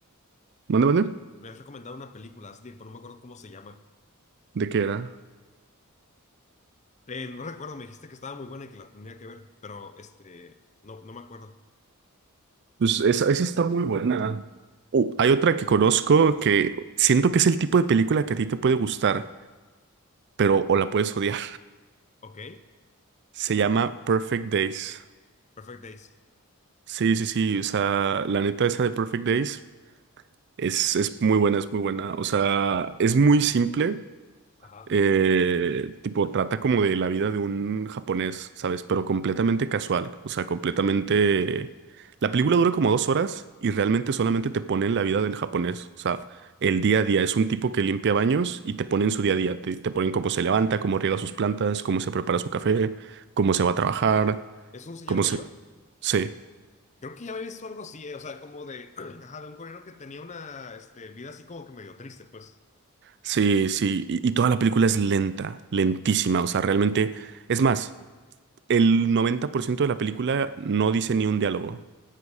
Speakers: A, on the right; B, on the left.
A: ¿Mande, mande?
B: Me habías recomendado una película hace tiempo, no me acuerdo cómo se llama.
A: ¿De qué era?
B: Eh, no recuerdo, me dijiste que estaba muy buena y que la tenía que ver, pero este, no, no me acuerdo.
A: Pues esa, esa está muy buena. Uh, hay otra que conozco que siento que es el tipo de película que a ti te puede gustar, pero o la puedes odiar.
B: Ok,
A: <laughs> Se llama Perfect Days.
B: Perfect Days.
A: Sí, sí, sí. O sea, la neta esa de Perfect Days es, es muy buena, es muy buena. O sea, es muy simple.
B: Ajá.
A: eh, tipo, trata como de la vida de un japonés, ¿sabes? Pero completamente casual, o sea, completamente... La película dura como dos horas y realmente solamente te ponen la vida del japonés, o sea, el día a día. Es un tipo que limpia baños y te ponen su día a día, te, te ponen cómo se levanta, cómo riega sus plantas, cómo se prepara su café, cómo se va a trabajar,
B: ¿Es un señor
A: cómo
B: mayor?
A: se... Sí,
B: Creo que ya había visto algo así, eh, O sea, como de, <clears throat> ajá, de un coreano que tenía una, este, vida así como que medio triste, pues.
A: sí, sí, y, y toda la película es lenta, lentísima, o sea, realmente... Es más, el 90% de la película no dice ni un diálogo.